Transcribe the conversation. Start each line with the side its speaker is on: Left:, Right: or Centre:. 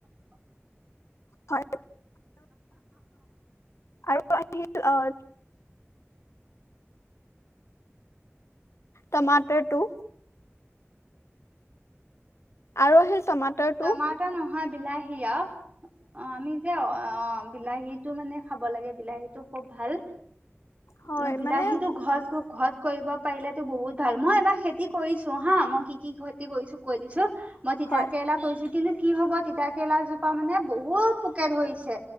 Left: হয়। আৰু আহিল আহ। তমাটাৰ টু। আৰু আহিল টমাটাৰটো।
Right: টমাটৰ নহয় বিলাহী অ আমি যে অ বিলাহীটো মানে খাব লাগে, বিলাহীটো খুব ভাল।
Left: হয়
Right: উম, বিলাহীটো
Left: মানে
Right: ঘৰত ঘৰত কৰিব পাৰিলেতো বহুত ভাল মই এবাৰ খেতি কৰিছো হা, মই কি কি খেতি কৰিছো কৈ দিছো। মই তিতাকেৰেলা
Left: হয়
Right: কৈছো কিন্তু কি হ'ব তিতাক। তিতাকেৰেলাজোপা মানে বহুত পোকে ধৰিছে।